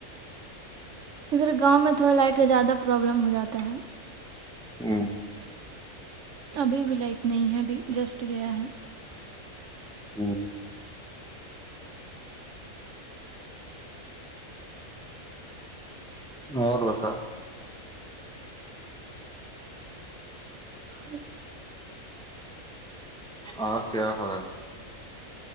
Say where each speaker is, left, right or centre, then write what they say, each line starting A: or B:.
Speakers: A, on the right; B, in the centre.
A: اس طرح گاؤں میں تھوڑا لائٹ کا زیادہ پرابلم ہو جاتا ہے
B: ہاں
A: ابھی بھی لائٹ نہیں ہے ابھی جسٹ گیا ہے
B: ہوں اور بتا
A: اور
B: اور کیا ہو رہا ہے